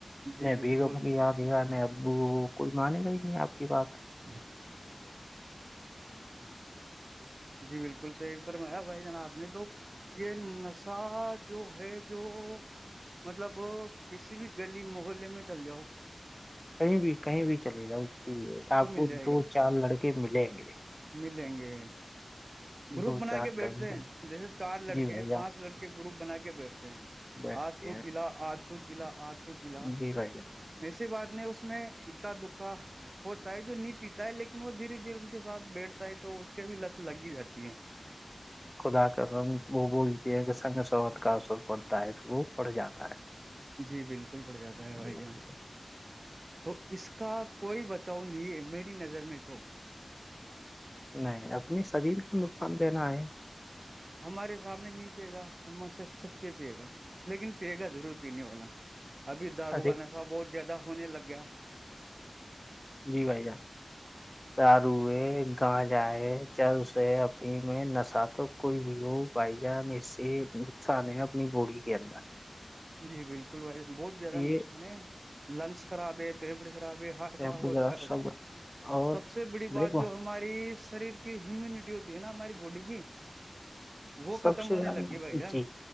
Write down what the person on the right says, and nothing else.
جی
بالکل
ہی جی بالکل صحیح پر میںیا بھائی جناا آپ نے تو یہ نسہ جو ہے جو مطلب کسی بھی گلی محلے میں چل جاؤ
مل
جائے
گا
ملیں گے گروپ
بنا
کے بیٹھتے
ہیں جیسے چار لڑکے
پانچ لڑکے گروپ بنا کے بیٹھتے ہیں
آ تو
پلا آ تو پلا آ تو پلا
ایسی بات نہیں اس میں اکا دکا ہوتا ہے جو نہیں پیتا ہے لیکن وہ دھیرے دھیرے کے ساتھ بیٹھتا ہے تو اس کے بھی لت لگ ہی جاتی ہے
خ
جی بالکل پڑ جاتا ہے بائی
جان تو اس کا کوئی بچاؤ نہیں ہے میری نظر میں تو
ہمارے سامنے نہیں پیے گا ہم سے چھپ کے پیے گا لیکن پیے گا ضرور پینے والا ابھی دارو
کا نشہ بہت زیادہ ہونے لگ گیا
جی بالکل بھائی بہت زیادہ
نقصان ہے لنگس خراب ہے پیپڑے خراب ہے ہارٹ
خراب ہوتا
ہے
سب سے بڑی بات
جو ہماری شریر کی ہیمیونٹی ہوتی ہے نا ہماری باڈی کی وہ
ختم
ہونے
لگ گی بھائی جان